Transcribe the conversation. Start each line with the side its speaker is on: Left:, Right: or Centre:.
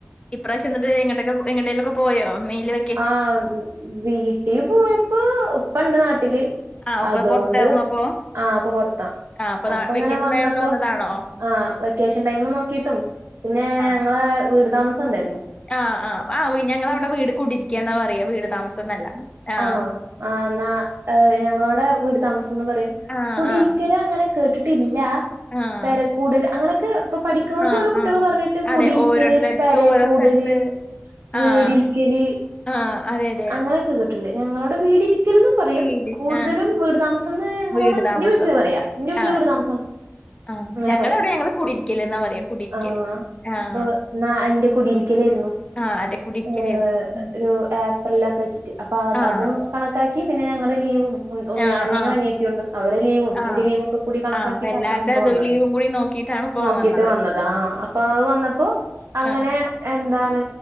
Left: ഇപ്രാവശ്യം ന്നട്ട് എങ്ങട്ടേക് എങ്ങട്ടേലക്കെ പോയോ മെയിൽ വെ
Right: ആഹ് വീട്ടിപോയപ്പോ ഉപ്പണ്ട് നാട്ടില്.
Left: ആഹ് അപ്പൊ
Right: അതോണ്ട്
Left: പുറത്തായിരുന്നോ അപ്പൊ
Right: ആഹ് ഉപ്പ പൊറത്താ
Left: ആഹ്
Right: അപ്പൊ ഇങ്ങനെ
Left: വെക്കേഷൻ
Right: വന്നപ്പോ
Left: ആയോണ്ട് വന്നതാണോ
Right: ആ വെക്കേഷൻ ടൈം നോക്കിട്ടും പിന്നെ
Left: ആ
Right: ഞങ്ങളെ വീട് താമസം ഇണ്ടായിരുന്നു.
Left: ആഹ് ആഹ് ആഹ് ഞങ്ങളെ അവിടെ വീട് കൂടിരിക്ക്യാന്നാ പറയാ വീട് താമസംന്നല്ല. ആഹ്
Right: ആണോ ആഹ് ന്നാ ഏഹ് ഞങ്ങളോടെ വീട് താമസംന്ന് പറയും
Left: ആഹ്
Right: കൂടിരിക്കൽ
Left: ആഹ്
Right: അങ്ങനെ കേട്ടിട്ടില്ല.
Left: ആഹ്
Right: പെരക്കൂടൽ അങ്ങനെക്കെ പ്പം പഠിക്കുന്നോട്ത്ത്
Left: ആഹ്
Right: ഓരോ കുട്ടികള്
Left: ആഹ്
Right: പറഞ്ഞിട്ട്
Left: അതെ
Right: കുടിരിക്കല്
Left: ഓരോരുത്തർക്ക്
Right: പെരേകൂടല്
Left: ഓരോ സ്ഥലത്ത്
Right: വീട്ഇരിക്കല്
Left: ആഹ് ആഹ് അതെ യതെ.
Right: അങ്ങനെയൊക്കെ കേട്ടിണ്ട് ഞങ്ങളടെ വീട് ഇരിക്കലെന്നും പറയും
Left: വീട്
Right: കൂടുതലും
Left: ആഹ്
Right: വീട് താമ സംന്ന് ഞങ്ങളോടെ
Left: വീട് താമസം
Right: ഇന്റ് വീട്ട്ല് പറയാ ഇന്റ് വീട്ട്ല്
Left: ആഹ്
Right: വീട് താമസം
Left: ആഹ്
Right: അങ്ങനെ
Left: ഞങ്ങളവിടെ
Right: പറയാ
Left: ഞങ്ങള് കുടിരിക്കല്ന്നാ പറയാ കുടിരിക്കല്
Right: ആഹ്
Left: ആഹ്
Right: ഇപ്പൊ ന്നാ അന്റെ കുടിരിക്കലേരുന്നു.
Left: ആഹ് അതെ കുടിരിക്കലേരുന്നു
Right: ഏഹ്
Left: ഉം
Right: ഒരു ആ എപ്പ്രിലൊക്കെ വെച്ചിട്ട് അപ്പൊ അ
Left: ആഹ്
Right: അതൊന്ന് കണക്കാക്കി പിന്നെ ഞങ്ങളുടെ ലീവും ഉം
Left: ആഹ്
Right: അനിയനും
Left: ആഹ്
Right: അനിയത്തിയും ഉണ്ട് അവരെ ലീവും
Left: ആഹ്
Right: ഇന്റെ ലീവും ഒക്കെ കൂടി കണക്കാക്കിട്ട്
Left: ആഹ് അപ്പൊ എല്ലാരുടെ
Right: ആ സമയത്ത്
Left: ഇത്
Right: വന്നത്.
Left: ലീവും കൂടി നോക്കിയിട്ടാണ് ഉപ്പ
Right: നോക്കിട്ട്
Left: വന്നത്
Right: വന്നതാ ആഹ് അപ്പൊ അത് വന്നപ്പോ അങ്ങനെ
Left: ആഹ്
Right: എന്താണ്